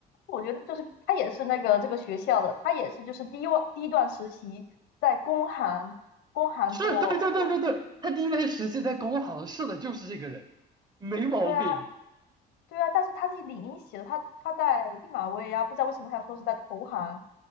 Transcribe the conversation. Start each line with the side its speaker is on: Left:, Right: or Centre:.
Left: 我觉得就是他也是那个这个学校的，他也是就是第一段第一段实习在工行工行做做毕，
Right: 是对对对对对，他第一段实习在工行，是的，就是这个人，没毛病。
Left: 对啊对啊，但是他自己领英写的，他他在毕马威啊，不知道为什么他要说是在投行。